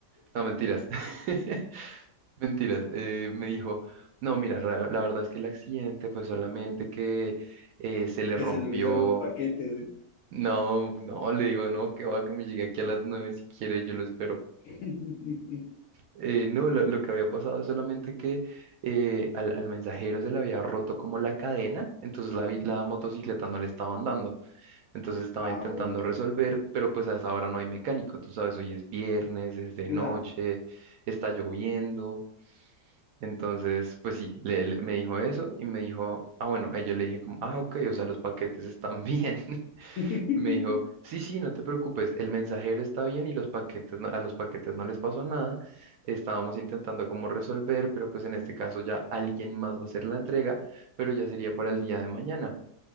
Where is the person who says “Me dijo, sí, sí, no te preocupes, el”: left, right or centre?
Right